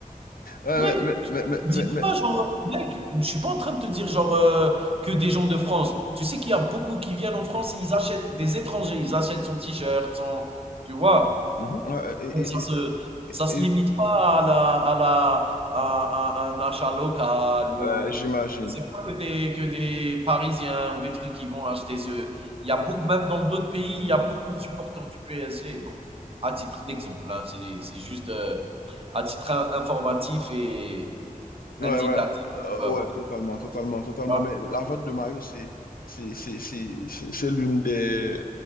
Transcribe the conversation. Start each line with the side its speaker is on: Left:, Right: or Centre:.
Left: Euh,
Right: mec,
Left: mais,
Right: je
Left: mais,
Right: te
Left: mais,
Right: dis
Left: mais, mais-
Right: pas genre, mec, je suis pas en train de te dire genre euh, que des gens de France. Tu sais qu'il y a beaucoup qui viennent en France et ils achètent des étrangers, ils achètent son t-shirt, son, tu vois.
Left: mhm, euh, et-
Right: Donc ça
Left: et-
Right: se ça
Left: et- et-
Right: se limite pas à la à la à à un achat local ou
Left: euh, j'imagine.
Right: c'est pas que des que des Parisiens ou des trucs qui vont acheter ce il y a beaucoup même dans d'autres pays, il y a beaucoup de supporters du PSG. Donc à titre d'exemple, hein, c'est c'est juste, heu, à titre in informatif et
Left: Ouais,
Right: indicatif,
Left: ouais, Euh,
Right: heu,
Left: ouais,
Right: pour
Left: totalement,
Right: tout le
Left: totalement, totalement.
Right: monde.
Left: Mais la vente de maillot, c'est c'est c'est- c'est- c'est- c'est l'une des